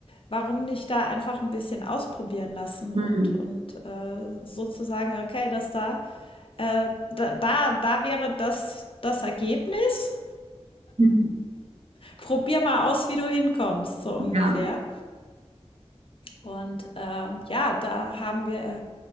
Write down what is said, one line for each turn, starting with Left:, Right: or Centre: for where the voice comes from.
Left: warum nicht da einfach ein bisschen ausprobieren lassen
Right: Hm,
Left: und, und äh, sozusagen, okay, das da, äh, da, da, da wäre das das Ergebnis.
Right: hm,
Left: Probier mal aus, wie du hinkommst, so ungefähr.
Right: Ja.
Left: Und ähm, ja, da haben wir,